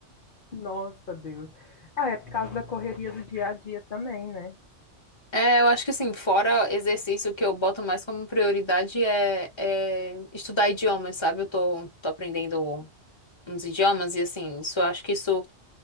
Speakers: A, on the left (about 50°); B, on the left (about 25°).
A: Nossa, Deus. Ah, é por causa da correria do dia a dia também, né?
B: É, eu acho que, assim, fora exercício, o que eu boto mais como prioridade é, é estudar idiomas, sabe? Eu tô, tô aprendendo uns idiomas e, assim, isso, eu acho que isso